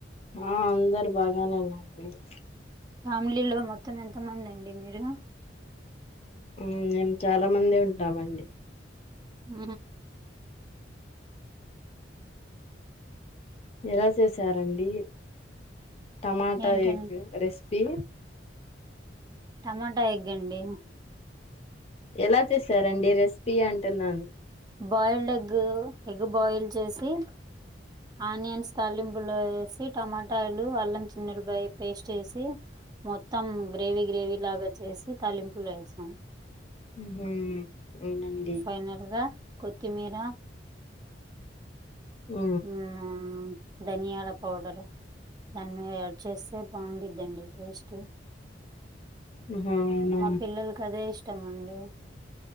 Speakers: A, on the left; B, on the right.
A: ఆ అందరు బాగానే ఉన్నారండి
B: ఫ్యామిలీలో మొత్తం ఎంత మంది అండి మీరు
A: ఉ మేము చాలా మందే ఉంటామండి
B: ఉ
A: ఎలా చేసారండి టమాటా
B: ఏంటండి
A: ఎగ్ రెస్ పి
B: టమాటా ఎగండి
A: ఎలా చేసారండి రెసిపీ అంటున్నాను
B: బాయిల్డ్ ఎగ్ ఎగ్ బాయిల్ చేసి ఆనియన్స్ తాలింపులు సి టమాటలు అల్లం చిన్న ఎల్లిపాయ పేస్ట్ ఏసి మొత్తం గ్రేవీ గ్రేవీ లాగా చేసి తాలింపులు వేసాం
A: హు అవునండి
B: ఫైనల్గా కొత్తిమీర
A: ఆ
B: మ్మ్, ధనియాల పౌడరు దాని మీద యాడ్ చేస్తే బాగుంటందండి టేస్ట్
A: ఆహా అవునా
B: మా పిల్లలకదే ఇష్టం అండి